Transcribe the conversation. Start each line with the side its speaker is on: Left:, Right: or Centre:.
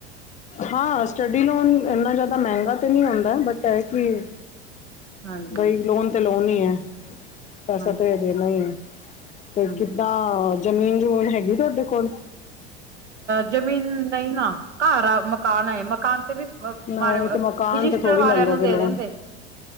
Left: ਹਾਂ ਸਟੱਡੀ ਲੋਨ ਇੰਨਾ ਜ਼ਿਆਦਾ ਮਹਿੰਗਾ ਤੇ ਨੀਂ ਹੁੰਦਾ ਬਟ ਏਹ ਕਿ
Right: ਹਾਂਜੀ
Left: ਬਈ ਲੋਨ ਤੇ ਲੋਨ ਹੀ ਐ। ਪੈਸਾ
Right: ਹਾਂਜੀ
Left: ਤੇ ਦੇਣਾ ਹੀ ਐ, ਤੇ
Right: ਹਾਂਜੀ
Left: ਕਿੱਦਾਂ ਜਮੀਨ ਜਮੂਨ ਹੈਗੀ ਤੁਹਾਡੇ ਕੋਲ
Right: ਜ਼ਮੀਨ ਨਹੀਂ ਨਾ ਘਰ ਆ ਮਕਾਨ ਆ ਮਕਾਨ ਵੀ
Left: ਨਹੀਂ
Right: ਮ
Left: ਤਾਂ ਮਕਾਨ
Right: ਰਜਿਸਟਰ
Left: 'ਤੇ ਥੋੜ੍ਹੀ
Right: ਵਾਲਿਆਂ
Left: ਲੈ ਲਓਗੇ
Right: ਨੂੰ ਦੇ
Left: ਲੋਨ
Right: ਦਿੰਦੇ